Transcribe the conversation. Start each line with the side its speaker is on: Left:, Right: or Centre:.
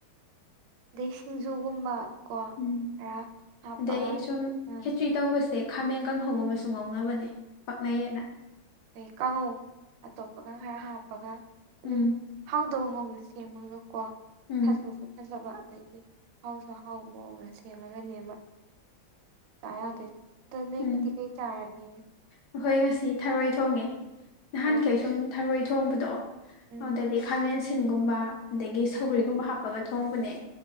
Right: ꯑꯗꯩ ꯁꯤꯡꯖꯨꯒꯨꯝꯕ ꯀꯣ
Left: ꯎꯝ
Right: ꯈꯔ ꯍꯥꯞꯄꯒ
Left: ꯑꯗꯩ ꯁꯨꯝ
Right: ꯎꯝ
Left: ꯈꯦꯆ꯭ꯔꯤ ꯇꯧꯕꯁꯦ ꯈꯥꯃꯦꯟ ꯀꯥꯡꯍꯧꯒꯨꯝꯕꯁꯨ ꯉꯧꯅꯕꯅꯦ ꯄꯛꯅꯩꯌꯦꯅ
Right: ꯍꯣꯏ ꯀꯥꯡꯉꯧ ꯑꯇꯣꯞꯄꯒ ꯈꯔ ꯍꯥꯞꯄꯒ ꯑꯗꯨꯝ
Left: ꯎꯝ
Right: ꯍꯥꯎꯗꯧꯕ ꯃꯑꯣꯡꯗ ꯁꯦꯝꯃꯒ ꯀꯣ
Left: ꯎꯝ
Right: <unintelligible> ꯐꯖꯕ ꯑꯗꯒꯤ ꯍꯥꯎꯁꯨ ꯍꯥꯎꯕ ꯃꯑꯣꯡꯗ ꯁꯦꯝꯃꯒꯅꯦꯕ ꯆꯥ ꯌꯥꯗꯣꯏꯁꯦ ꯑꯗꯣ ꯅꯣꯏꯒꯤꯗꯤ
Left: ꯎꯝ
Right: ꯀꯩ ꯆꯥꯔꯒꯦ
Left: ꯑꯩꯈꯣꯏ ꯉꯁꯤ ꯊꯔꯣꯏ ꯊꯣꯡꯉꯦ ꯅꯍꯥꯟꯈꯩ
Right: ꯑꯣ
Left: ꯁꯨꯝ ꯊꯔꯣꯏ ꯊꯣꯡꯕꯗꯣ
Right: ꯎꯝ
Left: ꯑꯗꯨꯗꯗꯤ ꯈꯥꯃꯦꯟꯁꯤꯟꯒꯨꯝꯕ ꯑꯗꯒꯤ ꯁꯧꯒ꯭ꯔꯤꯒꯨꯝꯕ
Right: ꯎꯝ
Left: ꯍꯥꯞꯄꯒ ꯊꯣꯡꯕꯅꯦ